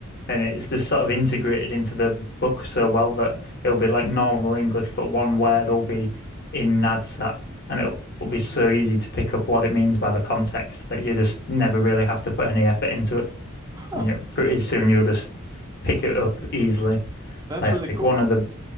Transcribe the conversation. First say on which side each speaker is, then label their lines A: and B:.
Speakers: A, on the left; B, on the right.
A: and it's just sort of integrated into the book so well that it'll be like normal English, but one word will be in Nadsat, and it will be so easy to pick up what it means by the context that you just never really have to put any effort into it,
B: Huh.
A: and you pretty soon you'll just pick it up easily.
B: That's
A: Like
B: really cool.
A: one of the